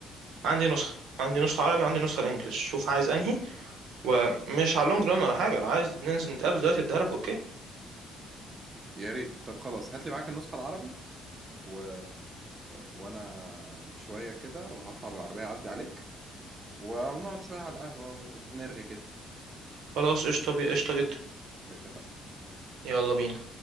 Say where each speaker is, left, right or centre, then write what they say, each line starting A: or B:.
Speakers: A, on the right; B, on the right.
A: عندي نسخة عندي نسخة عربي وعندي نسخة الانجليش شوف عايز انهي ومش على اللونج ران ولا حاجة لو عايز ننزل نتقابل دلوقتي اديها لك اوكي
B: يا ريت طب خلاص هات لي معاك النسخه العربي و... وانا شويه كده وهطلع بالعربيه اعدي عليك ونقعد شويه على القهوه ونرغي كده
A: خلاص قشطة بي- قشطة جدا
B: اتفقنا
A: يلا بينا